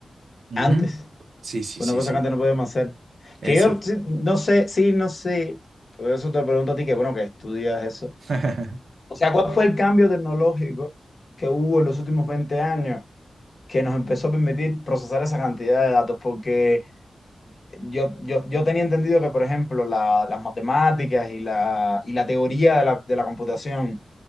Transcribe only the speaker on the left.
antes,
una
cosa
que antes no podíamos hacer.
Que yo sí, no sé, sí, no sé, por eso te pregunto a ti que bueno, que estudias eso.
O sea, ¿cuál fue el cambio tecnológico que hubo en los últimos 20 años que nos empezó a permitir procesar esa cantidad de datos? Porque Yo, yo, yo tenía entendido que, por ejemplo, la- las matemáticas y la, y la teoría de la, de la computación